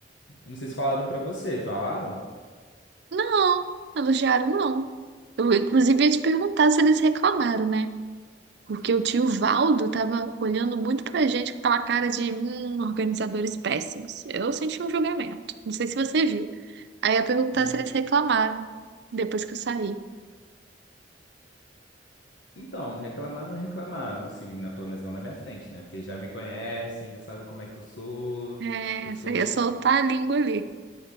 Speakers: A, on the left; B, on the right.
A: Eu não sei se falaram pra você, falaram?
B: Não, elogiaram, não. Eu, inclusive, ia te perguntar se eles reclamaram, né? Porque o tio Valdo tava olhando muito pra gente com aquela cara de hum, organizadores péssimos. Eu senti um julgamento. Não sei se você viu. Aí eu perguntar
A: Hum.
B: se eles reclamaram depois que eu saí.
A: Então, reclamar não reclamaram, assim, na, pelo menos não na minha frente, né? Porque já me conhecem, já sabem como é que eu sou,
B: É,
A: eu sou
B: você ia soltar a língua ali.